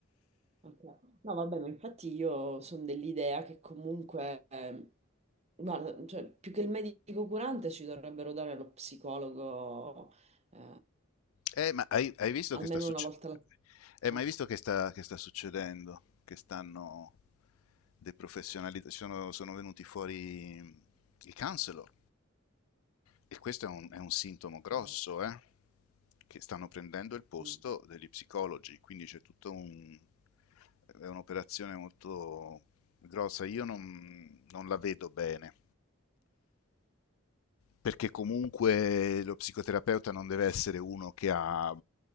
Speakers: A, on the right; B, on the left.
A: Ok. No, vabbè, ma infatti io sono dell'idea che comunque, eh, guarda, cioè, più che il medico curante ci dovrebbero dare lo psicologo eh,
B: Eh, ma hai, hai visto
A: almeno
B: che sta succedendo?
A: una volta alla settimana.
B: Eh, ma hai visto che sta, che sta succedendo? Che stanno deprofessionalizzando, sono, sono venuti fuori i counselor e questo è un, è un sintomo grosso,
A: Ok.
B: eh? Che stanno prendendo il posto
A: Mm.
B: degli psicologi, quindi c'è tutto un... è un'operazione molto grossa. Io non, non la vedo bene perché comunque lo psicoterapeuta non deve essere uno che, ha,